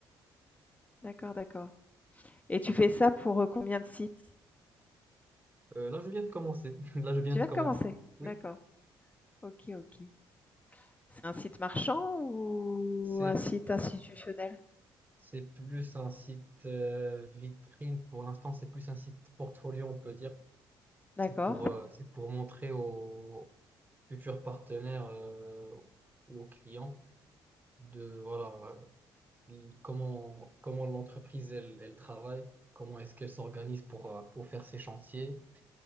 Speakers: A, on the left; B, on the right.
A: D'accord, d'accord. Et tu fais ça pour euh, combien de sites?
B: Euh, là, je viens de commencer. <laughs> Là, je viens
A: Tu
B: de
A: viens
B: commencer.
A: de commencer?
B: Oui.
A: D'accord. Ok, ok. C'est un site marchand ou
B: C'est
A: un site institutionnel?
B: C'est plus un site euh, vitrine pour l'instant, c'est plus un site portfolio, on peut dire. C'est
A: D'accord.
B: pour, euh, c'est pour montrer aux futurs partenaires euh, ou aux clients de voilà euh, comment, comment l'entreprise elle, elle travaille, comment est-ce qu'elle s'organise pour, euh, pour faire ses chantiers,